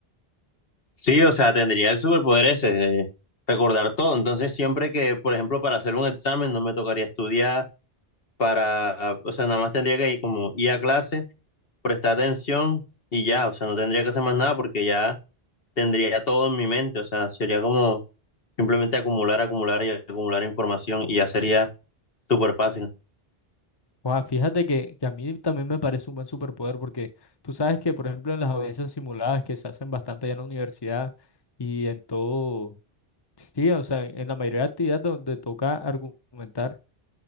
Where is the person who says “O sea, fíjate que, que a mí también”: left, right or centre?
Left